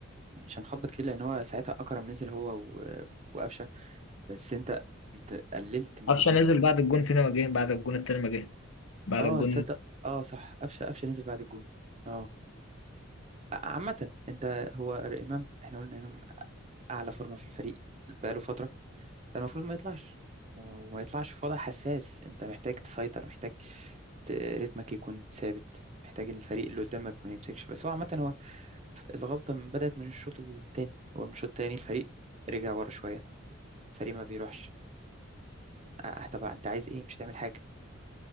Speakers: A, on the right; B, on the left.
A: مش هنخبط كتير لان هو ساعتها اكرم نزل هو و- وقفشه بس انت انت قللت من
B: قفشه
A: الهجوم
B: نزل بعد الجون فين ما جه بعد الجون التاني ما جه بعد
A: اه
B: الجون
A: تصدق اه صح قفشه قفشه نزل بعد الجول اه ع- عامة انت هو امام احنا قلنا امام اعلى فورمة في الفريق بقاله فترة ده المفروض ما يطلعش وما يطلعش في وضع حساس انت محتاج تسيطر محتاج ت- رتمك يكون ثابت محتاج ان الفريق اللي قدامك ما يمسكش بس هو عامة هو ف- الغلطة من بدأت من الشوط التاني هو من الشوط التاني الفريق رجع ورا شوية الفريق ما بيروحش اه طبعا انت عايز ايه مش هتعمل حاجة